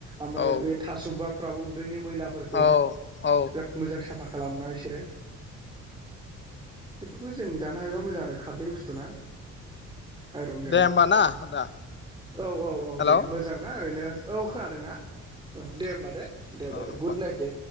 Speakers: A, on the right (about 15°); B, on the left (about 40°).
A: ओमफ्राय
B: औ
A: बे थास' बारफ्राबो उदैनि मैलाफोरखौ
B: औ औ
A: बिराद मोजां साफ साफा खालामो ना इसोरो बेफोरखौ जों जानो हायोबा मोजां आरो खारै बुस्थुना आइरन गोनां
B: दे होमबा ना आदा
A: औ औ औ
B: हेल'
A: दे मोजां ना ओरैनो औ खोनादों ना औ दे होमबा दे दे
B: औ
A: दे दे गुद
B: औ
A: नाइट दे।